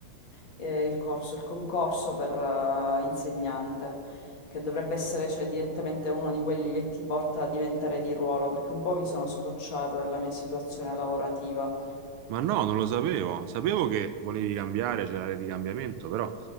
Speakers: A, on the left; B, on the right.
A: eh, eh, il corso, il concorso per, eh, insegnante, che dovrebbe essere, cioè, direttamente uno di quelli che ti porta a diventare di ruolo, perché un po' mi sono scocciata della mia situazione lavorativa.
B: Ma no, non lo sapevo. Sapevo che volevi cambiare, c'era l'area di cambiamento, però